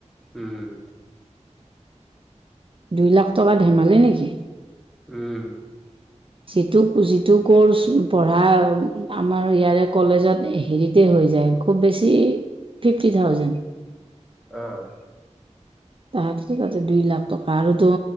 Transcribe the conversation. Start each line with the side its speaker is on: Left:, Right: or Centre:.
Centre: উম
Right: দুই লাখ টকা ধেমালি নেকি
Centre: উম
Right: যিটো যিটো কৰ্চ পঢ়া আমাৰ ইয়াৰে কলেজত হেৰিতে য খুব বেছি ফিফটি থাউজেণ্ড
Centre: আহ
Right: তাহাঁতি তাতে দুই লাখ টকা আৰুতো